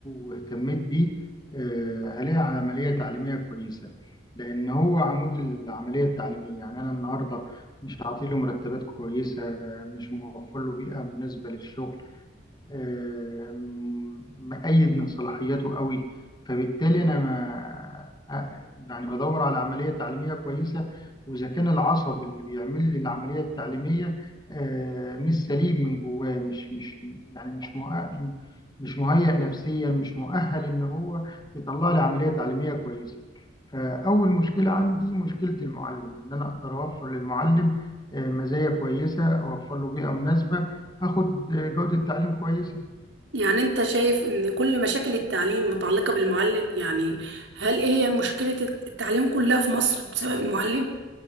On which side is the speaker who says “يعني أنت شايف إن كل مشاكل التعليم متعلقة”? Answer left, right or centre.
Right